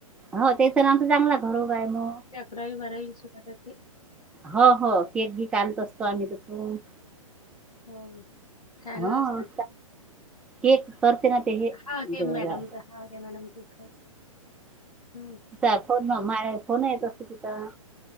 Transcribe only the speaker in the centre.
हो ते सर आमचा चांगला घरोबा आहे म.
हो हो, केक बीक आणत असतो आम्ही तिथून.
ह
केक करते ना ते हे
जरा
<unintelligible> मग माया फोन येत असतो तिचा